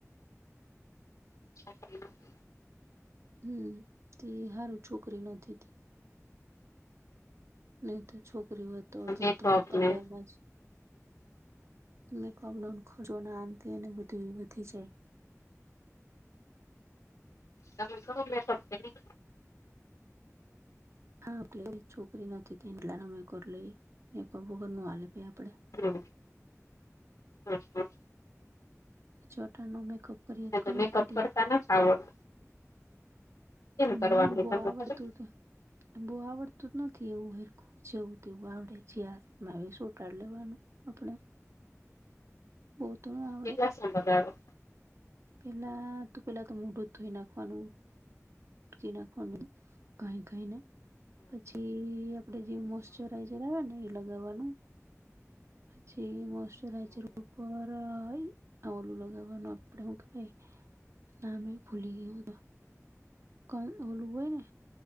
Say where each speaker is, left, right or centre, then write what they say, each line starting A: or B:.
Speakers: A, on the left; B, on the right.
A: <inaudible>
B: હમ તે હારું છોકરી નથી નહી તો છોકરી હોય તો અર્ધા
A: મેકઅપ
B: તો તમારા પાર્લરમાં
A: ને
B: જ <unintelligible> આમ થઈને બધું એ વધી જાય
A: તમે કરો મેકઅપ કે ની
B: હા આપ છોકરી નથી તે એલાનો મેકઅર લઈએ મેકઅપ વગર નું <unintelligible> આપડે
A: હલો હા હા
B: ચોટ નો મેકઅપ કરીએ
A: તો
B: કઈ
A: મેકઅપ
B: કરીએ
A: કરતા નથી આવડ
B: એટલે
A: કરવાનું
B: મને બો
A: તમને
B: આવડતું
A: ખબર
B: બો આવડતું જ નથી એવું હરખું જેવું તેવું આવડે જ હાથમાં સોટાડ લેવાનું આપણે બહો ત નો
A: કેટલા સોલ્ડર વાળો
B: પેલા તો પેલા તો મોઢું ધોઈ નાખવાનું પછી નાખવાની કઈ કાઈને પછી પડે જે મોશચરાઈઝર આવે ને એ લગાવવાનું પછી મોસચરાઈચર ઉપર ઓલું લગાવવાનું આપડે હું કે ભાઈ નામે ભૂલી ગયું તો ક ઓલું હોય ને